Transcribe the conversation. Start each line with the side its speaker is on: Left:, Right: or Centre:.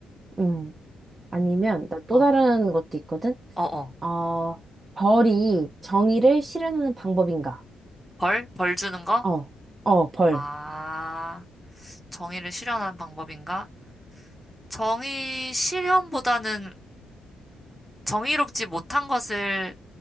Right: 음. 아니면
Centre: 응.
Right: 나 또
Centre: 어,
Right: 다른 것도 있거든.
Centre: 어, 어.
Right: 어, 벌이 정의를 실현하는 방법인가?
Centre: 벌? 벌 주는 거?
Right: 어, 어, 벌.
Centre: 아, 정의를 실현하는 방법인가? 정의 실현보다는 정의롭지 못한 것을